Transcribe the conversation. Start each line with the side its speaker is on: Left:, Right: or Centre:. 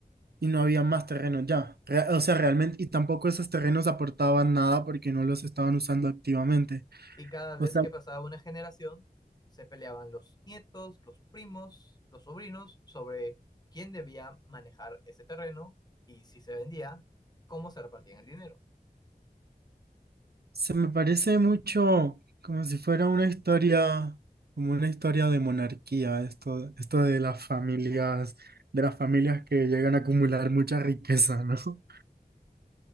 Right: y no había más terrenos ya. Re- o sea, realmente, y tampoco esos terrenos aportaban nada porque no los estaban usando activamente.
Left: Y cada vez
Right: O sea,
Left: que pasaba una generación, se peleaban los nietos, los primos, los sobrinos sobre quién debía manejar ese terreno y si se vendía, cómo se repartían el dinero.
Right: Se me parece mucho como si fuera una historia, como una historia de monarquía, esto, esto de las familias, de las familias que llegan a acumular mucha riqueza, ¿no? <laughs>